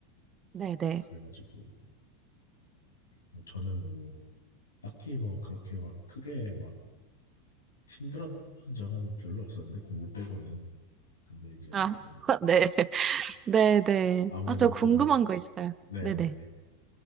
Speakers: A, on the right; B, on the left.
A: 네네.
B: 그래가지고 뭐 저는 뭐 딱히 뭐 그렇게 막 크게 막 힘들었던 적은 별로 없었는데 공부 빼고는 근데 이제
A: 아,
B: 좀
A: <laughs> 네. 네네.
B: 아무래도
A: 아, 저 궁금한
B: 그
A: 거 있어요.
B: 네네네
A: 네네.